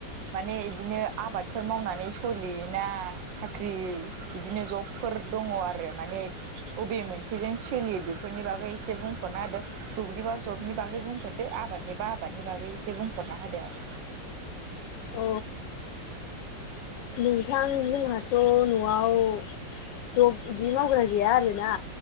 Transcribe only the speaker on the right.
माने इ दिनो आबादफोर मावनानै सलियो ना साख्रि बिदिनो जबफोर दङ आर रो माने अबे मोनसेजों सोलियो बेफोरनि बागै एसे बुंफोरना होदो जबनिबा जबनि बागै बुंफोरदो आबादनि बा आबादनि बागै एसे बुंफोरना होदो आरो।